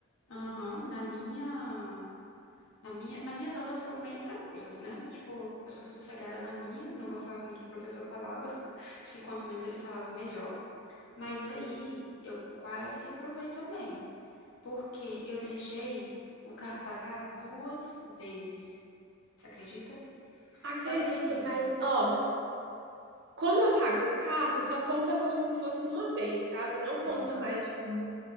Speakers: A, on the left; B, on the right.
A: Aham, Na minha, na minha, nas minhas aulas foram bem tranquilas, né? Tipo, eu sou sossegada na minha, eu não gostava muito do que o professor falava. <laughs> Acho que quanto menos ele falava, melhor. Mas aí eu quase reprovei também, porque eu deixei o carro pagar duas vezes. Você acredita?
B: Acredito,
A: Só que assim,
B: mas ó, Quando eu pago o carro, só conta como se fosse uma vez, sabe? Não conta
A: é,
B: mais de uma.